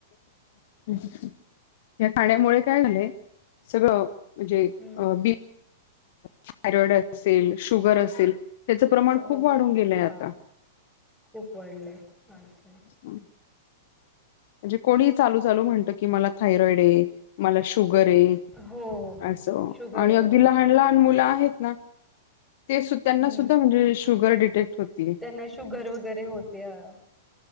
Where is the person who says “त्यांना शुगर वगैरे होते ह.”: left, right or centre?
Centre